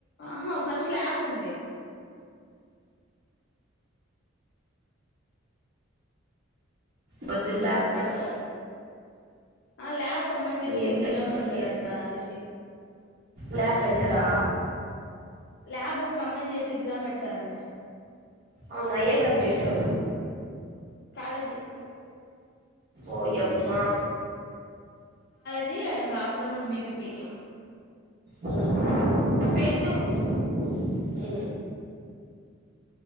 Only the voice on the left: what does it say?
ఆహా ఫస్ట్ ల్యాబ్ ఉంది
హలో ఆ ల్యాబ్ కంబైన్ చేసి
ఎగ్జామ్
పెడతారంట
రిషి
ల్యాబ్ కంబైన్ చేసి ఎగ్జామ్ పెడతారంట
కాలజీ ఎవరు
ది ఆఫటర్నూన్ బిపిపికే